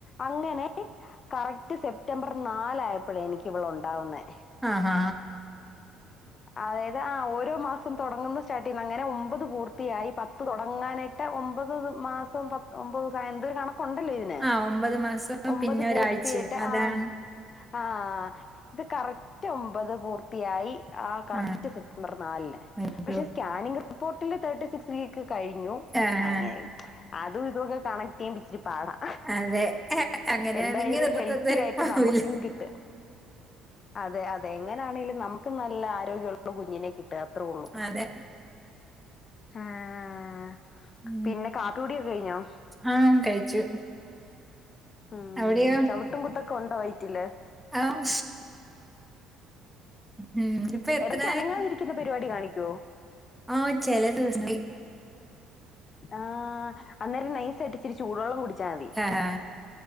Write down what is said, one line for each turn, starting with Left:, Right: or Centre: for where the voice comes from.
Left: അങ്ങനെ കറക്റ്റ് സെപ്റ്റംബർ നാലയപ്പോഴേ എനിക്ക് ഇവളൊണ്ടാവുന്നെ
Centre: ആഹ് ഹ
Left: അതായത് ആ ഓരോ മാസം തുടങ്ങുന്ന സ്റ്റാർട്ട് ചെയ്യുന്ന അങ്ങനെ ഒമ്പത് പൂർത്തിയായി പത്ത് തുടങ്ങാനായി പ്പം ഒമ്പത് മാസം പ ഒമ്പത് ദിവസം എന്തൊരു കണ കൊണ്ടല്ലോ ഇതിന്
Centre: ആഹ് ഒമ്പത് മാസവും
Left: ഒമ്പത്
Centre: പിന്നെ
Left: പൂർത്തിയട്ട്
Centre: ഒരാഴ്ചയും അതാണ്
Left: ആ ആഹ് ഇത് കറക്റ്റ് ഒമ്പത് പൂർത്തിയായി ആ കറക്റ്റ്
Centre: ആഹ്
Left: സെപ്റ്റംബർ നാലിന്
Centre: അയ്യോ
Left: പക്ഷെ സ്കാനിങ് റിപ്പോർട്ടില് തേർട്ടി സിക്സ് വീക്ക് കഴിഞ്ഞു
Centre: ആഹ്
Left: അങ്ങനെ അതും ഇതൊക്കെ കണക്ട് ചെയ്യുപിച്ചിരി പാടാ
Centre: അതെ അങ്ങനെയാണെങ്കി
Left: എന്തായാലും
Centre: മുപ്പത്തൊന്ന്
Left: ഹെൽത്തി
Centre: വരെ
Left: ആയിട്ട്
Centre: പോവില്ല
Left: നമ്മുക്കും കിട്ട് അതെ അതെ എങ്ങനെയാണെങ്കിലും നമുക്ക് നല്ല ആരോഗ്യമുള്ള കുഞ്ഞിനെ കി ട്ടുക അത്രേ ഉള്ളൂ
Centre: അതെ
Left: ആഹ്
Centre: ഉം
Left: പിന്നെ കാപ്പൂടിയൊക്കെ കഴിഞ്ഞോ
Centre: ആഹ് കഴിച്ചു
Left: ആഹ്
Centre: അവിടെയോ
Left: ചവിട്ടും കുത്തൊക്കെ ഉണ്ടോ വയറ്റില്
Centre: ആഹ് ഉം ഇപ്പൊ എത്രായി
Left: എടക്ക് അനങ്ങാതിരിക്കുന്ന പരിപാടി കാണിക്കുവോ
Centre: ആഹ് ചെല ദിവസങ്ങളി
Left: ആ അന്നേരം നൈസ് ആയിട്ടിച്ചിരി ചൂടുവെള്ളം കുടിച്ചാ മതി
Centre: ഹ ഹ